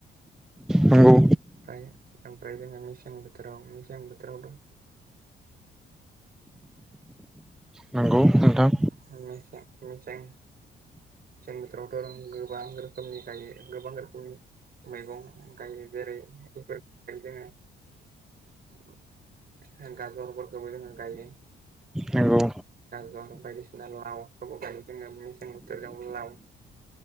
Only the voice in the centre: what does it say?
नंगौ
नंगौ नोंथां
नंगौ